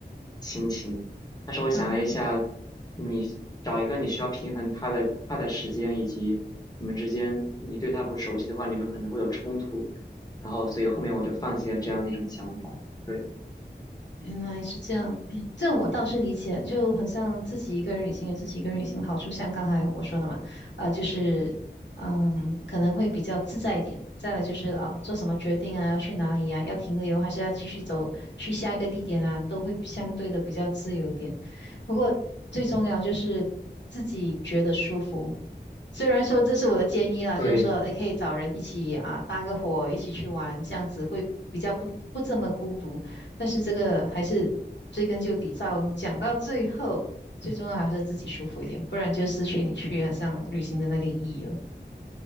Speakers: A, on the left (about 20°); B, on the left (about 80°).
A: 心情。但是我想了一下，
B: 啊，
A: 你找一个你需要平衡他的他的时间以及你们之间你对他不熟悉的话，你们可能会有冲突，然后所以后面我就放弃了这样的一种想法。对，
B: 原来是这样，<clears throat> 这样我倒是理解，就很像自己一个人旅行有自己一个人旅行的好处，像刚才我说的嘛，呃，就是嗯，可能会比较自在一点。再来就是啊、呃做什么决定啊，要去哪里呀、要停留还是要继续走去下一个地点啊，都会相对的比较自由一点。不过最重要就是自己觉得舒服，虽然说这是我的建议啦，
A: 对。
B: 就是说你可以找人一起啊搭个伙，一起去玩，这样子会比较不不这么孤独。但是这个还是追根究底，到讲到最后，最重要还是自己舒服一点，不然就失去你去好像旅行的那个意义了。